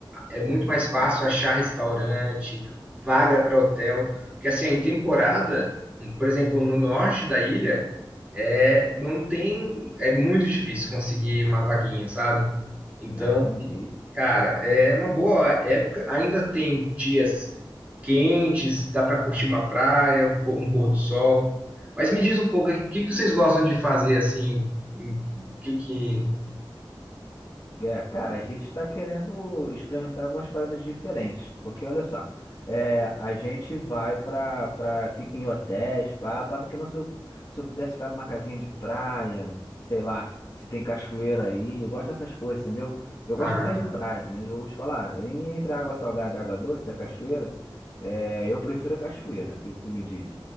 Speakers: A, on the right; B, on the left.
A: é
B: pô,
A: muito
B: perfeito.
A: mais fácil achar restaurante, vaga para hotel, porque assim, em temporada, por exemplo, no norte da ilha, é, não tem, é muito difícil conseguir uma vaguinha, sabe? Então,
B: Ah, entendi.
A: Cara, é uma boa época. Ainda tem dias quentes, dá para curtir uma praia, um pô- um pôr do sol. Mas me diz um pouco, o que que vocês gostam de fazer assim? O Que que...
B: É, cara, a gente tá querendo experimentar algumas paradas diferentes, porque olha só, é, a gente vai pra, pra, fica em hotéis, pá, tava querendo se eu, se eu pudesse ficar numa casinha de praia, sei lá, se tem cachoeira aí, eu gosto dessas coisas, entendeu? Eu
A: Ah,
B: gosto até de praia, mas eu vou te falar, em- entre a água salgada e a água doce da cachoeira, é, eu prefiro a cachoeira, o que que tu me diz?